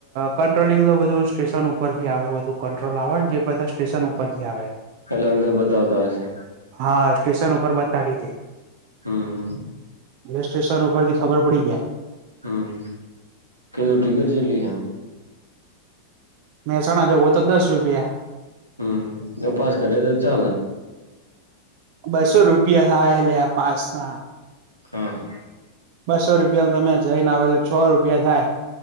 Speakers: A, on the right (about 45°); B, on the right (about 90°).
A: કંટ્રોલિંગ તો બધું સ્ટેશન ઉપરથી આવે બધું કંટ્રોલ આવે ને જે સ્ટેશન ઉપરથી આવે
B: એટલે અંદર બતાવતા હશે
A: હા સ્ટેશન ઉપર બતાડી દે
B: હમ્મ હમ્મ
A: પોલીસ સ્ટેશન ઉપરથી ખબર પડી જાય
B: હમ હમ કનું ટિકટ ચેટલી હનું.
A: મહેસાણા જવુ હોય તો દસ રૂપિયા.
B: હમ તો પાસ કરે તો ચાલ.
A: બસો રૂપિયા થાયલે આ પાસમાં.
B: હા.
A: બસો રૂપિયામાં તમે જઈને આવો એટલે છ રૂપિયા થાય.